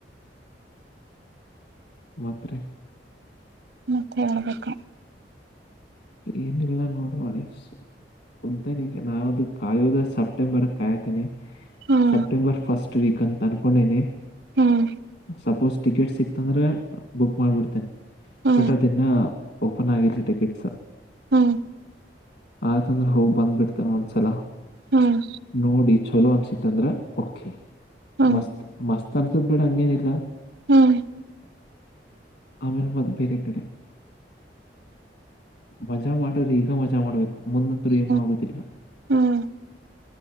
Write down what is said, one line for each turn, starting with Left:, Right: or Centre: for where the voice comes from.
Left: ಮಾತ್ ರಿ
Right: ಮತ್ತೆ ಹೇಳ್ಬೇಕು
Left: ಏನಲ್ಲನೋಡು ವಾಣಿ ಕುಂತನೆಿಗ ನಾನ ಅದು ಕಾಯೋದ ಸೆಪ್ಟೆಂಬರ್ ಕಾಯತೀನಿ
Right: ಹ್ಮ್
Left: ಸೆಪ್ಟೆಂಬರ್ ಫಸ್ಟ್ ವೀಕ್ ಅಂತ ಅನ್ಕೊಂಡೇನಿ
Right: ಹ್ಮ್
Left: ಸಪೋಸ್ ಟಿಕೆಟ್ ಸಿಕ್ತಂದ್ರೆ ಬುಕ್ ಮಾಡ್ಬಿಡ್ತೇನೆ
Right: ಹ್ಮ್
Left: ಬಟ್ ಅದನ್ನ ನ್ ಆಗಿರ್ಸ ಟಿಕೆಟ್ಸ್
Right: ಹ್ಮ್
Left: ಆಯ್ತಂದ್ರೆ ಹೋಗಿ ಬಂದ್ಬಿಡ್ತೇನೆ ಒಂದ್ಸಲ
Right: ಹ್ಮ್
Left: ನೋಡಿ ಚಲೋ ಅನ್ಸಿತ್ತ ಅಂದ್ರ ಕೆ
Right: ಹ್ಮ್
Left: ಮಸ್ತ್ ಮಸ್ತ್ ಅನ್ಸದ್ ಬಿಡ ಹಂಗೇನಿಲ್ಲ
Right: ಹ್ಮ್
Left: ಅಮೇಲ್ ಮತ್ತೆ ಬೇರೆ ಕಡೆ ಮಜಾ ಮಾಡ್ರಿ ಈಗ ಮಜಾ ಮಾಡಬೇಕ ಮುನ್ನಾದೂ ಏನೂ
Right: ಹ್ಮ್
Left: ಆಗುವುದಿಲ್ಲ
Right: ಹ್ಮ್